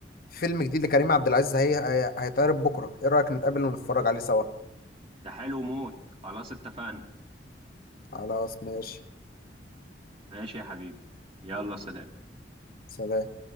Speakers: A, on the left (about 55°); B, on the right (about 30°).
A: فيلم جديد لكريم عبد العزيز هي... هي... هيتعرض بكره ايه رايك نتقابل ونتفرج عليه سوا
B: ده حلو موت خلاص اتفقنا
A: خلاص ماشي
B: ماشي يا حبيبي يلا سلام
A: سلام